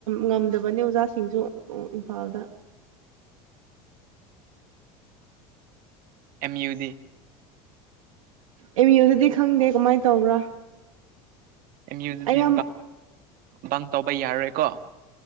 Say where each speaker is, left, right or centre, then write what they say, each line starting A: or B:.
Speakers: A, on the right; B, on the right.
A: ꯉꯝꯗꯕꯅꯤ ꯑꯣꯖꯥ ꯁꯤꯡꯖꯣ ꯏꯝꯐꯥꯜꯗ
B: ꯑꯦꯝ ꯌꯨ ꯗꯤ
A: ꯑꯦꯝ ꯌꯨꯗꯗꯤ ꯈꯪꯗꯦ ꯀꯃꯥꯏꯅ ꯇꯧꯕ꯭ꯔꯥ
B: ꯑꯦꯝ ꯑꯗꯨꯗꯤ
A: ꯑꯩ ꯌꯥꯝ
B: ꯇꯥꯎꯧꯕꯔ ꯀꯣ